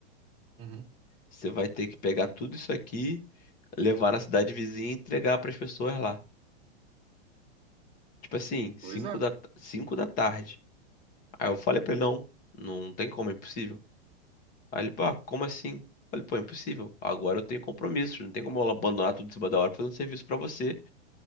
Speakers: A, on the right; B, on the left.
A: uhum.
B: Você vai ter que pegar tudo isso aqui, levar na cidade vizinha e entregar pras pessoas lá. Tipo assim, cinco
A: Pois é.
B: da, 5 da tarde. Aí eu falei pra ele, não, não tem como, é impossível. Aí ele, pá, como assim? Eu Falei, pô, é impossível. Agora eu tenho compromissos, não tem como eu abandonar tudo em cima da hora fazendo serviço pra você.